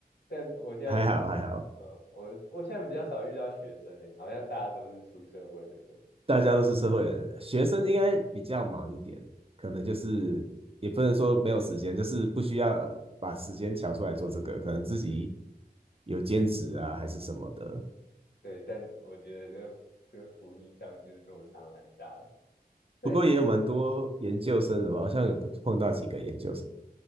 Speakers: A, on the left; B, on the right.
A: 但我现在
B: <laughs> 还好还好，
A: 呃，我我现在比较少遇到学生哎，好像大家都是出社会的人。
B: 大家都是社会人，学生应该比较忙一点，可能就是也不能说没有时间，就是不需要把时间调出来做这个，可能自己有兼职啊还是什么的。
A: 对，但我觉得这个这个福利上就是落差蛮大的。在
B: 不过也有蛮多研究生的吧，好像有碰碰到几个研究生，